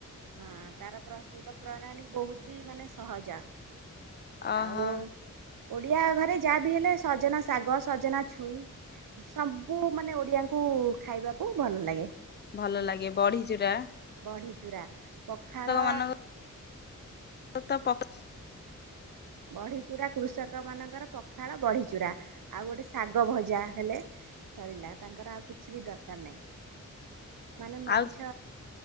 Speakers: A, on the right; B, on the left.
A: ହଁ ତାର ପ୍ରସ୍ତୁତ ପ୍ରଣାଳୀ ବହୁତ ବି ମାନେ ସହଜ।
B: ଅହୋ
A: ଆଉ ଓଡିଆ ଘରେ ଯାହା ବିି ହେଲେ ସଜନା ଶାଗ ସଜନା ଛୁଇଁ ସବୁ ମାନେ ଓଡିଆଙ୍କୁ ଖାଇବାକୁ ଭଲ ଲାଗେ।
B: ଭଲ ଲାଗେ ବଢି ଚୂୁରା।
A: ବଢ଼ି ଚୂୁରା ପଖାଳ
B: ମାନଙ୍କ <unintelligible>
A: ବଢ଼ିଚୂୁରା କୃଷକମାନାନଙ୍କର ପଖାଳ ବଢ଼ିଚୂୁରା। ଆଉ ଗୋଟେ ଶାଗ ଭଜା ହେଲେ ସରିଲା ତାଙ୍କର ଆଉ କିଛି ବି ଦରକାର ନାହିଁ। ମାନେ ମାଛ
B: ଆଉ
A: ଛ